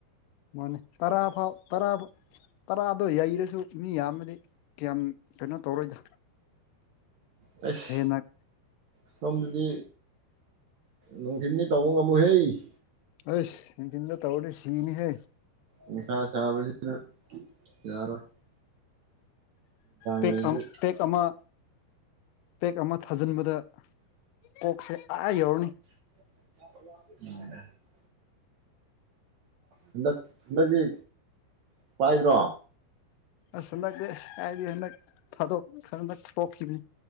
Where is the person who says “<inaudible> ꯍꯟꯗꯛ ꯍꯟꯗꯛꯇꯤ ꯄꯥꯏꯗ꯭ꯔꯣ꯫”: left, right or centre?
Right